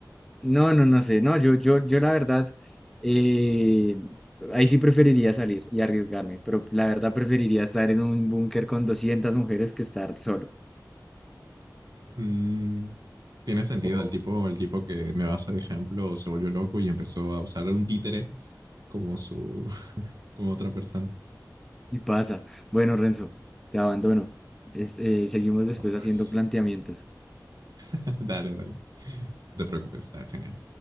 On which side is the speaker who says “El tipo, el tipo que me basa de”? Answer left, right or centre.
Right